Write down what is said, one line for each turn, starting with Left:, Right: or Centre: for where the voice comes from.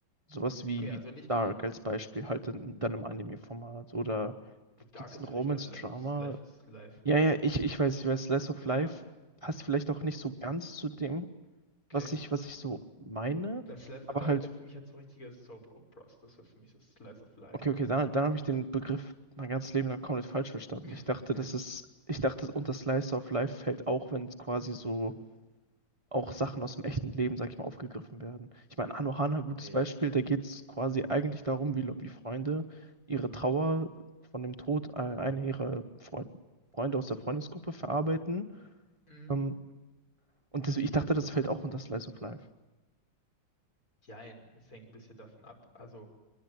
Right: Sowas wie,
Left: Okay, also
Right: wie
Left: nicht
Right: Dark als Beispiel, halt in, dann im Anime-Format. Oder
Left: Gut, Dark
Right: gibt's
Left: ist
Right: ein Romance-Drama?
Left: für mich keine Lack of Life is Life.
Right: Ja, ja, ich, ich weiß, ich weiß, Slice of Life
Left: Ja,
Right: passt vielleicht auch nicht so ganz zu dem,
Left: okay.
Right: was ich, was ich so meine.
Left: Life, Life,
Right: Aber
Left: or Life
Right: halt,
Left: wäre für mich halt so richtiger Soap Operas. Das wäre für mich das Slice of Life.
Right: okay, okay, dann, dann habe ich den Begriff mein ganzes Leben lang komplett falsch verstanden.
Left: <laughs>
Right: Ich dachte, das ist, ich dachte, unter Slice of Life fällt auch, wenn es quasi so auch Sachen aus dem echten Leben, sag ich mal, aufgegriffen werden. Ich meine, Anohana, gutes
Left: Nee.
Right: Beispiel, da geht es quasi eigentlich darum, wie, wie Freunde ihre Trauer von dem Tod äh, einer ihrer Freund Freunde aus der Freundesgruppe verarbeiten.
Left: Mhm.
Right: Ähm, und deswegen, ich dachte, das fällt auch unter Slice of Life.
Left: Jein, es hängt ein bisschen davon ab. Also,